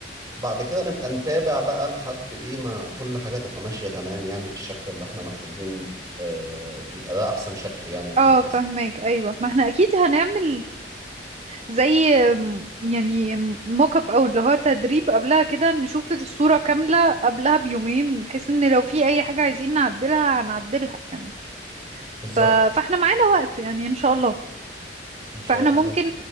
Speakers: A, on the right; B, on the right.
A: بعد كده نبقى نتابع بقى لحد ايه ما كل حاجة تبقى ماشية تمام يعني بالشكل اللي احنا محتاجين اه يبقى ده أحسن شكل يعني للمدرسة
B: اه فهمك ايوه ما احنا اكيد هنعمل زي يعني موك اب او اللي هو تدريب قبلها كده نشوف الصورة كاملة قبلها بيومين بحيث ان لو في اي حاجة عايزين نعدلها هنعدلها يعني
A: بالظبط
B: ف... فاحنا معانا وقت يعني ان شاء الله
A: إن شاء
B: فاحنا ممكن
A: الله